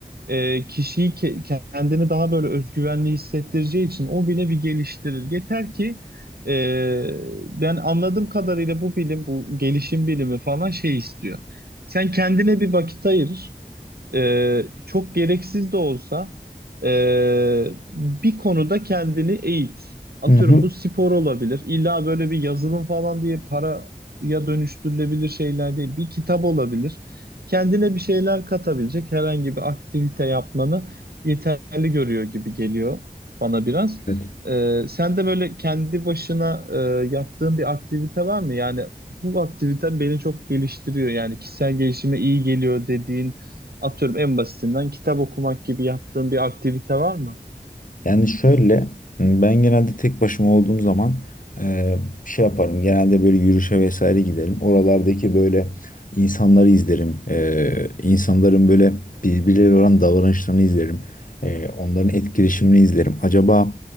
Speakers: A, on the right; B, on the left.
A: e, kişiyi ke- kendini daha böyle özgüvenli hissettireceği için o bile bir geliştirir. Yeter ki e, ben anladığım kadarıyla bu bilim, bu gelişim bilimi falan şey istiyor. Sen kendine bir vakit ayır e, çok gereksiz de olsa e, bir konuda kendini eğit. Atıyorum
B: Hı hı.
A: bu spor olabilir. İlla böyle bir yazılım falan diye paraya dönüştürülebilir şeyler değil. Bir kitap olabilir. Kendine bir şeyler katabilecek herhangi bir aktivite yapmanı yeterli görüyor gibi geliyor bana biraz.
B: Evet.
A: E, sen de böyle kendi başına e, yaptığın bir aktivite var mı? Yani bu aktivite beni çok geliştiriyor. Yani kişisel gelişime iyi geliyor dediğin Atıyorum en basitinden kitap okumak gibi yaptığın bir aktivite var mı?
B: Yani şöyle ben genelde tek başıma olduğum zaman e, şey yaparım. Genelde böyle yürüyüşe vesaire giderim. Oralardaki böyle insanları izlerim. E, insanların böyle birbirleriyle olan davranışlarını izlerim. E, onların etkileşimini izlerim. Acaba